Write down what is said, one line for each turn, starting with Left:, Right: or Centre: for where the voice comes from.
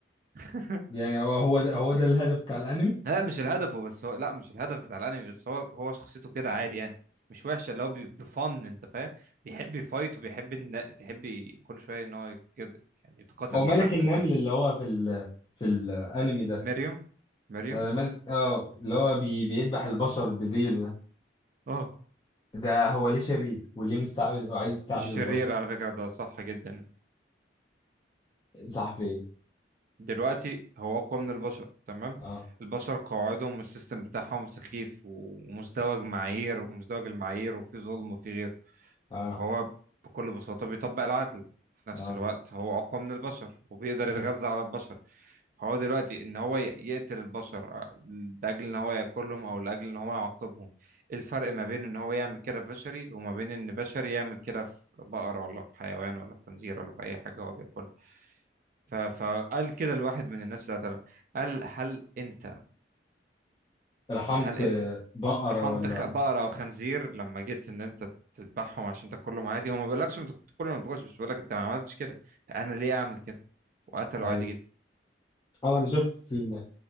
Right: <laughs>
Left: يعني هو هو ده هو ده الهدف بتاع الانمي
Right: لا مش الهدف بس هو لا مش الهدف بتاع الانمي بس هو هو شخصيته كده عادي يعني مش وحشه اللي هو بي- بفن انت فاهم بيحب يفايت وبيحب إن... بيحب ي- كل شويه ان هو كده يعني يتقاتل
Left: هو ملك
Right: مع حد
Left: النمل
Right: وكده
Left: اللي هو في ال في الانمي ده
Right: مريم مريم
Left: آه ملك اه اللي هو بي بيذبح البشر بديله
Right: اه
Left: ده ده هو ليه شرير وليه مستعبد وعايز يستعبد
Right: مش شرير
Left: البشر
Right: على فكره ده صح جدا
Left: صح في ايه
Right: دلوقتي هو أقوى من البشر تمام
Left: آه.
Right: البشر قواعدهم والسيستم بتاعهم سخيف ومزدوج معايير ومزدوج المعايير وفي ظلم وفي غير
Left: اه
Right: فهو بكل بساطة بيطبق العدل في نفس
Left: اه
Right: الوقت هو أقوى من البشر وبيقدر
Left: مم.
Right: يتغذى على البشر فهو دلوقتي إن هو ي- يقتل البشر آه، لأجل إن هو ياكلهم أو لأجل إن هو يعاقبهم إيه الفرق ما بين إن هو يعمل كده في بشري وما بين إن بشري يعمل كده في بقرة ولا في حيوان ولا في خنزير ولا في أي حاجة هو بياكلها ف- فقال كده لواحد من الناس اللي قتلهم قال هل انت
Left: رحمت
Right: هل انت
Left: آه، بقرة
Right: رحمت
Left: ولا
Right: خ- بقرة او خنزير لما جيت ان انت تذبحهم عشان تاكلهم عادي هو ما بيقولكش انت كنت تاكلهم ما تاكلش بس بيقولك انت ما عملتش كده فانا ليه اعمل كده وقتله
Left: ايوه
Right: عادي جدا
Left: اه انا شفت السين ده